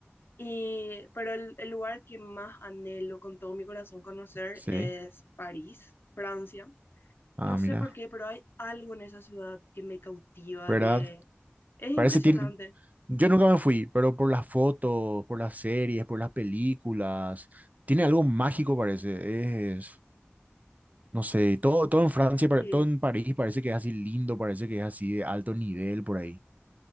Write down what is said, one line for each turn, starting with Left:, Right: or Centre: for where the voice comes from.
Left: Y, pero el, el lugar que más anhelo con todo mi corazón conocer
Right: sí.
Left: es París, Francia.
Right: Ah,
Left: No sé
Right: mira,
Left: por qué, pero hay algo en esa ciudad que me cautiva,
Right: ¿verdad?
Left: que es impresionante.
Right: Parece tiene. Yo nunca me fui, pero por las fotos, por las series, por las películas, tiene algo mágico, parece. Es, no sé, todo, todo en Francia, pare-
Left: Sí,
Right: todo en París parece que es así lindo, parece que es así de alto nivel por ahí.